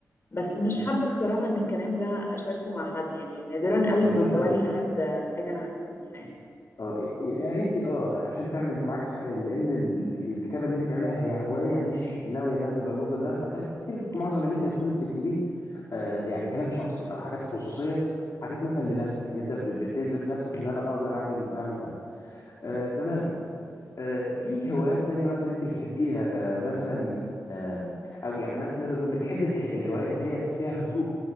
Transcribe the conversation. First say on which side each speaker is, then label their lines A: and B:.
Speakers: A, on the left (about 40°); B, on the left (about 55°).
A: بس مش
B: مم.
A: حابة الصراحة إن الكلام ده أشاركه مع حد يعني نادرا قوي
B: اكيد
A: ما بوري
B: طبعا
A: حد حاجة أنا حاسة بيها يعني
B: اه يعني انت اه عشان فعلا انت معاك حق لان ال- الكتابه اللي انت بتعملها هي هوايه مش ناويه انها تبقى مصدر دخل فاكيد معظم اللي انت هتكوني بتكتبيه آه، يعني كلام شخصي او حاجات خصوصيه حاجات مثلا لنفسك اللي انت ب- بتثبت لنفسك ان انا اقدر اعمل اعمل, أعمل. آه، تمام آه، في هوايات تانية مثلا انت بتحبيها آه، مثلا آم، او يعني مثلا نقدر نقول بتحبي اله- الهوايات اللي هي فيها هدوء